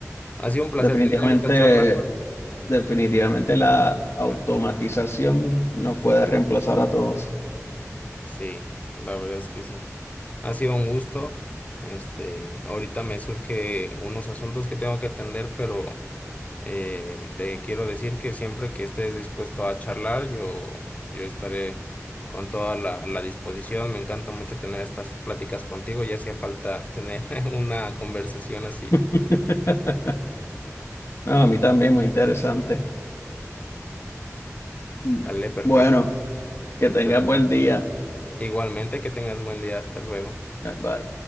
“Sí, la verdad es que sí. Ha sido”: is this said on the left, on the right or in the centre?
Left